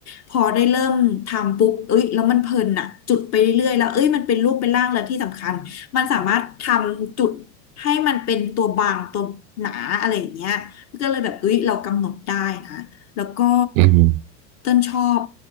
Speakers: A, on the left; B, on the right.
A: พอได้เริ่มทำปุ๊บเอ้ยแล้วมันเพลินอะจุดไปเรื่อยๆแล้วเอ้ยมันเป็นรูปเป็นร่างแล้วที่สำคัญมันสามารถทำจุดให้มันเป็นตัวบางตัวหนาอะไรอย่างเงี้ยก็เลยแบบเอ้ยเรากำหนดได้นะแล้วก็
B: อืม
A: เต้นชอบ